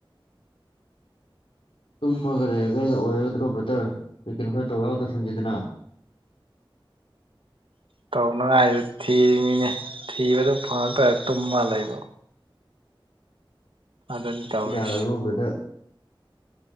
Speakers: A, on the left; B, on the right.
A: ꯇꯨꯝꯃꯒ ꯂꯩ ꯀꯗ ꯑꯣꯏꯔꯒꯗ꯭ꯔꯣ ꯕꯇꯔ ꯑꯩ ꯀꯩꯅꯣ ꯈꯔ ꯇꯧ ꯌꯥꯎ ꯇꯧꯁꯟꯁꯤꯗꯅ
B: ꯇꯧꯅꯉꯥꯏꯗꯨ ꯊꯤꯔꯤꯅꯤꯅꯦ ꯊꯤꯕꯗ ꯐꯪꯉꯛꯇ꯭ꯔ ꯇꯨꯝꯃ ꯂꯩꯕꯣ ꯑꯗꯨ ꯑꯗꯨꯅꯤ ꯇꯧꯔꯤꯁꯤ
A: ꯌꯥꯔꯒ ꯎꯕꯗ